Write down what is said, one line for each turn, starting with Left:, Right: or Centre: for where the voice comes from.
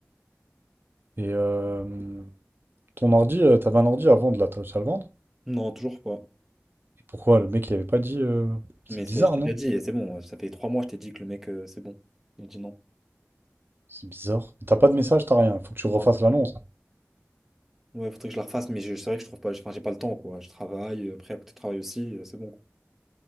Right: Et euh, ton ordi, euh, t'avais un ordi à vendre là, t'as réussi à le vendre?
Centre: Non, toujours pas.
Right: Et pourquoi le mec il avait pas dit euh, C'est
Centre: Mais
Right: bizarre,
Centre: ça, je t'ai
Right: non?
Centre: déjà dit, et c'est bon, ça fait trois mois, je t'ai dit que le mec, euh, c'est bon. Il dit non.
Right: C'est bizarre. T'as pas de message, t'as rien. Faut que tu
Centre: Non.
Right: refasses l'annonce.
Centre: Ouais, faudrait que je la refasse, mais je- c'est vrai que je trouve pas, enfin, j'ai pas le temps, quoi. Je travaille, euh, après, à côté de travail aussi, euh, c'est bon. quoi.